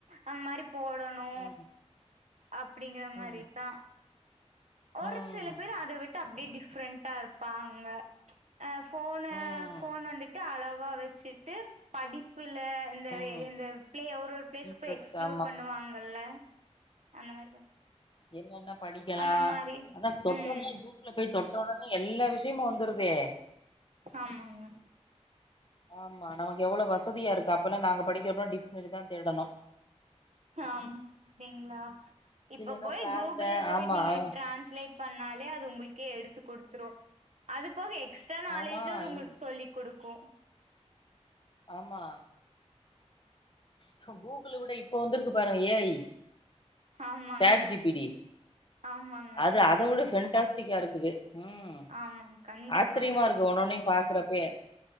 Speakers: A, on the right; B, on the left.
A: அந்த மாரி போட னு
B: ம்
A: அப்டிங்கற மாரிதா
B: ம்
A: ஒரு
B: ம்
A: சில பேரு அத விட்டு அப்டியே டிஃப்ரெண்டண்டா இருப்பாங்க ஆ ஃபோன
B: ம்
A: ஃபோன் வந்துட்டு அளவா வச்சுட்டு படிப்புல இந்த
B: ம்
A: இந்த பிள ஒரு ஒரு பிளேஸ்கு
B: இன்ட்ரெஸ்ட்
A: போய் எக்ஸ்ப்ளோர்
B: ஆமா
A: பண்ணுவாங்கல்ல அந்த மாரி பண்
B: என்னன்ன படிக்கலா
A: அந்த மாரி
B: அதா தொட்டவுடனே
A: ம்
B: கூக்குல போய் தொட்ட உடனே எல்லா விஷயமு வந்துருதே
A: ஆமாங்க
B: ஆமா நமக்கு எவ்வளவு வசதியா இருக்கு அப்பெல்லா நாங்க படிக்கிறப்ப டிக்ஷனரி தா தேடணு
A: ஆஹம் அப்டிங்களா இப்ப
B: இல்லைன்னா
A: போய்
B: சார்ட்ட
A: கூகுள போயிட்டு
B: ஆமா
A: நீங்க
B: அவங்க
A: ட்ரான்ஸ்லேட் பண்ணாலே அது உங்களுக்கே எடுத்து கொடுத்துரு அது போக எக்ஸ்ட்ரா நாலேஜு
B: ஆமா
A: அது உங்களுக்கு
B: இங்
A: சொல்லி குடுக்கு
B: ஆமா கூகுள் விட இப்ப வந்திருக்கு பாருங்க ஏ ஐ
A: ஆமாங்க
B: சாட் ஜி பி டி
A: ஆமாங்க
B: அது அதை விட பொஸ்டிக்கா இருக்குது ம்
A: ஆமாங் கண்டிப்பா
B: ஆச்சரியமா இருக்கு ஒண்ணொன்னையு பாக்கறப்பயே